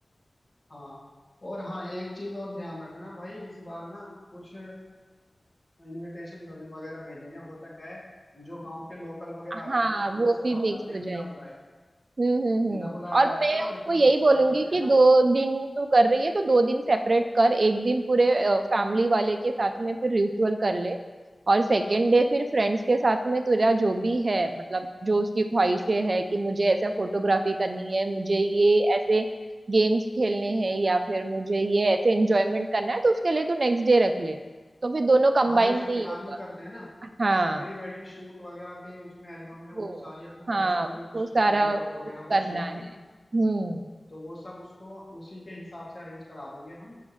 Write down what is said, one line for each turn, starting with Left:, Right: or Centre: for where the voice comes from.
Left: हाँ और हाँ एक चीज और ध्यान रखना भाई इस बार ना कुछ इनविटेशन वगैरह भेजेंगे होता क्या है जो गांव के लोकल वगैरह आते
Right: हाँ
Left: हैं ना
Right: वो
Left: वो सब
Right: भी
Left: आ
Right: मिक्स
Left: जाते हैं
Right: हो
Left: बिना
Right: जाएंगे
Left: बुलाए
Right: हम्म हम्म
Left: बिना
Right: हम्म
Left: बुलाए
Right: और
Left: आ जाते
Right: मैं
Left: हैं और
Right: उसको
Left: इतना
Right: यही
Left: नुकसान
Right: बोलूंगी
Left: करते
Right: कि
Left: हैं ना
Right: दो दिन तू कर रही है तो दो दिन सेपरेट कर एक दिन पूरे फैमिली वाले के साथ में फिर रिचुअल कर ले और सेकेंड डे फिर फ्रेंड्स के साथ में तेरा जो भी है मतलब जो उसकी ख्वाहिशें है कि मुझे ऐसे फोटोग्राफी करनी है मुझे ये ऐसे गेम्स खेलने हैं या फिर मुझे ये ऐसे एंजॉयमेंट करना है तो उसके लिए तू नेक्स्ट डे रख ले तो फिर दोनों कंबाइन
Left: हाँ जैसे
Right: नहीं
Left: प्लानिंग
Right: होगा
Left: करते हैं ना
Right: हाँ
Left: प्री वेडिंग शूट वगैरह के उसमें एल्बम में वो
Right: वो
Left: सारी अपने
Right: हाँ
Left: पर्सनल भी कुछ
Right: वो सारा
Left: खिंचाएगी
Right: वो
Left: फोटो वगैरह वो
Right: करना
Left: शिवानी
Right: है हम्म
Left: तो वो सब उसको उसी के हिसाब से अरेंज करा देंगे हम